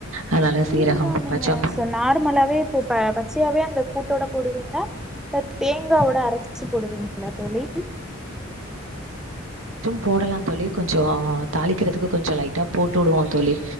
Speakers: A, on the right; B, in the centre.
A: அதனால
B: சீரகோ நீங்க
A: பச்ச
B: நார்மலாவே இப்போ பச்சையாவே அந்த கூட்டோட போடுவீங்களா இல்ல தேங்காவோட அரச்சு போடுவீங்களா தோழி
A: போடலா தோலி கொஞ்சோ தாளிக்கிறதுக்கு கொஞ்ச லைட்டா போட்டு விடுவோ தோழி